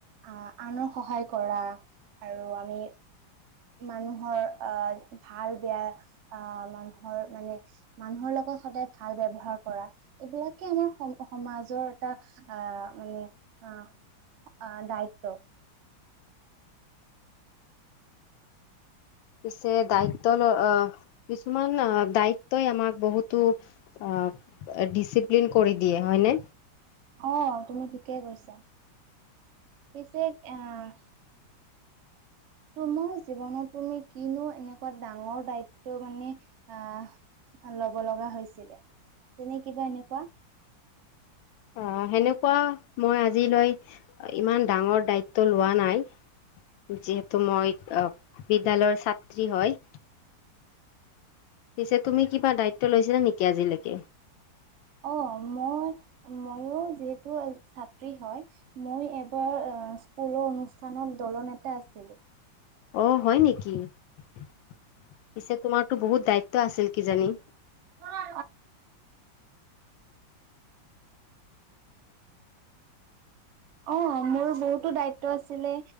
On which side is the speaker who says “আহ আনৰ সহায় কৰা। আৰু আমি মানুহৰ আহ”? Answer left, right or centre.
Right